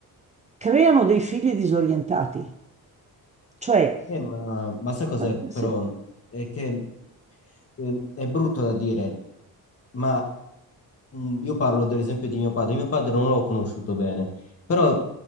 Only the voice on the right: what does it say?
creano dei figli disorientati. Cioè,
ah, sì,